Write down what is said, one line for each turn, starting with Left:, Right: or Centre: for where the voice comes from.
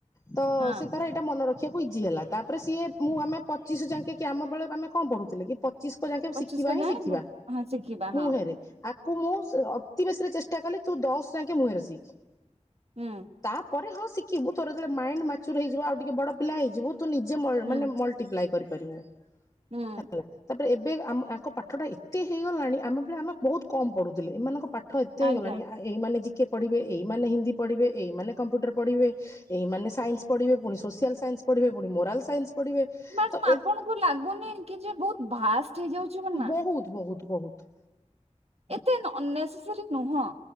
Left: ତ
Right: ହଁ
Left: ସେ ତାର ଏଇଟା ମନେ ରଖିବାକୁ ଇଜି ହେଲା। ତାପରେ ସିଏ ମୁଁ ଆମେ ପଚିଶଙ୍କ ଯାକେ କି ଆମ ବେଳେ ଆମେ କଣ ପଢ଼ୁଥିଲେ କି ପ ଚିସ୍କ ଯାଇକ
Right: ପଚିଶିଶହ
Left: ଶିଖିବା ହିଁ
Right: ଯାଏଁ
Left: ଶିଖିବା
Right: ହଁ ଶିଖିବା ହଁ
Left: ମୁହେଁରେ ମୁଁ ଅତି ବେଶୀ ରେ ଚେଷ୍ଟା କଲି ତୁ ଦଶ ଯାକେ ମୁହଁରେ ଶିଖ।
Right: ହୁଁ
Left: ତାପରେ ହଁ ଶିଖି କିବୁ ତୋର ଯେତେବେଳେ ମାଇଣ୍ଡ ମାଚ୍ୟୁର ହେଇଯିବ ଆଉ ଟିକେ ବଡ ପିଲା ହେଇଯିବୁ ତୁ ନିଜେ ମ
Right: ହୁଁ
Left: ମାନେ ମଲଟିପ୍ଲାଇ କରିପାରିବୁ ।
Right: ହୁଁ
Left: ହେଲା ତାପରେ ଏବେ ଏବେ ଆମ ଆଙ୍କ ପାଠଟା ଏତେ ହେଇଗଲାଣି ଆମେ ବେଳେ ଆମେ ବହୁତ କମ୍ ପଢୁଥିଲେ ଏମାନଙ୍କ ପାଠ ଠ ଏତେ ହେଇଗଲାଣି
Right: ଆଜ୍ଞା।
Left: ଆ ଏଇ ମାନେ ଜିକେ ପଢ଼ିବେ ଏଇମାନେ ହିନ୍ଦୀ ପଢ଼ିବେ ଏଇମାନେ କମ୍ପ୍ୟୁଟର ପଢ଼ିବେ ଏଇମାନେ ସାଇନ୍ସ ପଢ଼ିବେ ପୁଣି ସୋସିଆଲ୍ ସାଇନ୍ସ ପଢ଼ିବେ ପୁଣି ମୋରାଲ ସାଇନ୍ସ ପଢ଼ିବେ
Right: ମ୍ୟାଡ଼ମ୍
Left: ତ
Right: ଆପଣଙ୍କୁ
Left: ଏ
Right: ଲାଗୁନି କି ଯେ ବହୁତ ଭା ଷ୍ଟ ହେଇଯାଉଛି ବୋଲି ନା।
Left: ବହୁତ ବହୁତ ବହୁତ
Right: ଏତେ ନ ନେସେସାରୀ ନୁହଁ।